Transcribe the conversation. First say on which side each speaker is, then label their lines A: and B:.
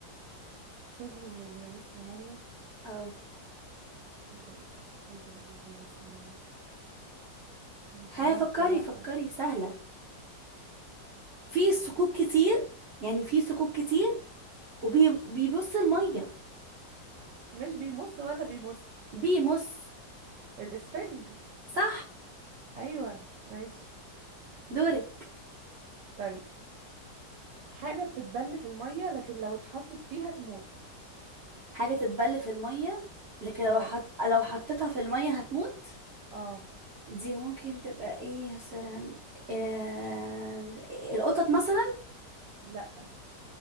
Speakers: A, on the right; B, on the right.
A: ثقب مش بيمص المية
B: اه
A: ايه ده ايه ده ايه ده اللي مش بيمص المية مش
B: ها
A: عارفة
B: فكري
A: لا
B: فكري سهلة في ثقوب كتير يعني في ثقوب كتير وبيمص المية
A: مش بيمص ولا بيمص
B: بيمص
A: الاسفنج
B: صح
A: ايوه ماشي
B: دورك
A: طيب حاجة بتتبل في المية لكن لو اتحطت فيها تموت
B: حاجة تتبل في المية لكن لو
A: اه
B: حط... لو حطيتها في المية هتموت
A: اه
B: دي ممكن تبقى ايه مثلا آه... القطط مثلا
A: لا